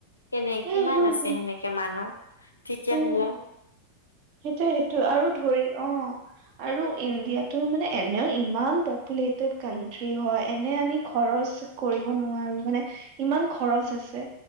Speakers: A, on the left; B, on the right.
A: কেনে
B: উম
A: কিমান
B: হম হম উম হম
A: আছে
B: হম
A: সেনেকে মানুহ, তেতিয়া
B: উম
A: হ'লে।
B: সেইটোয়ে সেইটো আৰু ধৰি অঁ আৰু ইণ্ডিয়াতটো মানে এনেও ইমান পপুলতেদ কাউন্ট্ৰী হয় এনে আমি খৰচ কৰিব নোৱাৰোঁ, মানে ইমান খৰচ আছে